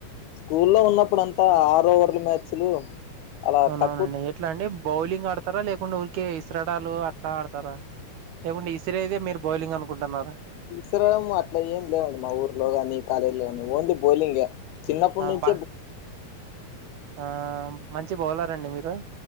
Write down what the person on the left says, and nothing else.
స్కూల్లో ఉన్నప్పుడు అంతా ఆరు ఓవర్ల్ మ్యాచ్లు అలా
తక్కువ
తీసురావడడం అట్లా ఏం లేవండి మా ఊర్లో ని కాలేజీలో ని ఓన్లీ బౌలింగ చిన్నప్పటి
నుంచే